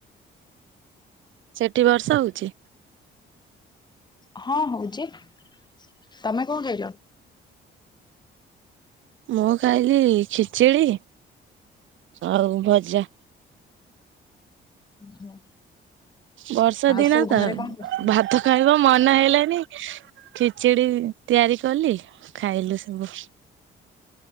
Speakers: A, on the right; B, on the left.
A: ସେଠି ବର୍ଷା ହଉଛି?
B: ହଁ ହଉଚି ତମେ କଣ ଖାଇଲ?
A: ମୁଁ ଖାଇ ଲି ଖେଚେଡ଼ି ଆଉ ଭଜା।
B: ହଁ।
A: ବର୍ଷା
B: ଆଉ
A: ଦିନ
B: ସବୁ
A: ତ
B: ଘରେ କଣ କରୁଛନ୍ତି?
A: ଭାତ <unintelligible> ମନ ହେଇଲାନି ଖେଚେଡି ତିଆରି କଲି ଖାଇଲୁ ସବୁ।